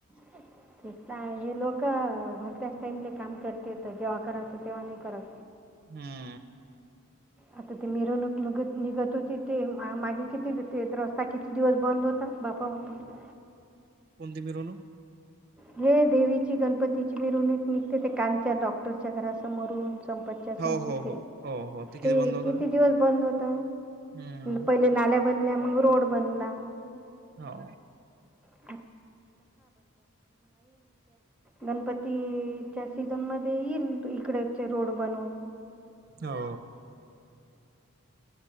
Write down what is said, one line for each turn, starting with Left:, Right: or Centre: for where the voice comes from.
Centre: <unintelligible> हे लोक भलत्याच टाईमले काम करतेेत. जेव्हा करायचं तेव्हा नाही करत.
Right: हम्म.
Centre: आता ते मिरवणूक निघत होती ते मागे किती ते रस्ता किती दिवस बंद होता? <unintelligible>
Right: कोणती मिरवणुक?
Centre: हे देवीची, गणपतीची मिरवणूक निघते ते कांच्या डॉक्टरच्या घरासमोरून संपतच्या
Right: हो,
Centre: समोर
Right: हो,
Centre: ते.
Right: हो, हो, हो
Centre: ते
Right: बंद होता?
Centre: किती दिवस बंद होत?
Right: हम्म.
Centre: पहिले नाल्या बनल्या, मग रोड बनला.
Right: हो.
Centre: <unintelligible> गणपतीच्या सीजन मध्ये येईल इकडचे रोड बनवून.
Right: हो